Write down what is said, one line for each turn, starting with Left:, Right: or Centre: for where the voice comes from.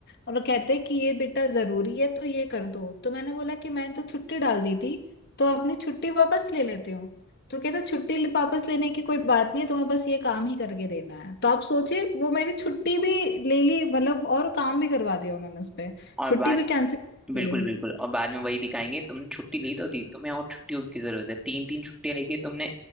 Left: और वो कहते कि ये बेटा जरूरी है तो ये कर दो तो मैंने बोला कि मैंने तो छुट्टी डाल दी थी तो अपनी छुट्टी वापस ले लेती हूँ तो कहते छुट्टी ले- वापस लेने की कोई बात नहीं है तुम्हें बस ये काम ही करके देना है तो आप सोचिए वो मेरी छुट्टी भी ले ली मतलब और काम भी करवा दिया उन्होंने उस
Centre: और
Left: छुट्टी
Centre: बात
Left: भी कैंसिल
Centre: बिल्कुल
Left: मेरी
Centre: बिल्कुल और बाद में वही दिखाएंगे तुमने छुट्टी ली तो थी तुम्हें और छुट्टियों की जरूरत है तीन तीन छुट्टियां लेके तुमने